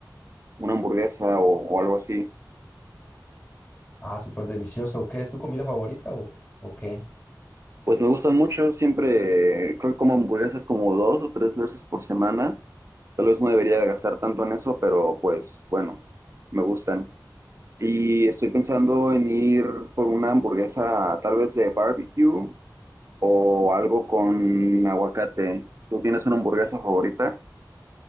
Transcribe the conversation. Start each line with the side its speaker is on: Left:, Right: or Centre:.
Right: una hamburguesa o, o algo así.
Left: Ah, súper delicioso. ¿Qué es tu comida favorita o, o qué?
Right: Pues me gustan mucho, siempre creo que como hamburguesas como dos o tres veces por semana. Tal vez no debería de gastar tanto en eso, pero pues bueno, me gustan. Y estoy pensando en ir por una hamburguesa tal vez de barbecue o algo con aguacate. ¿Tú tienes una hamburguesa favorita?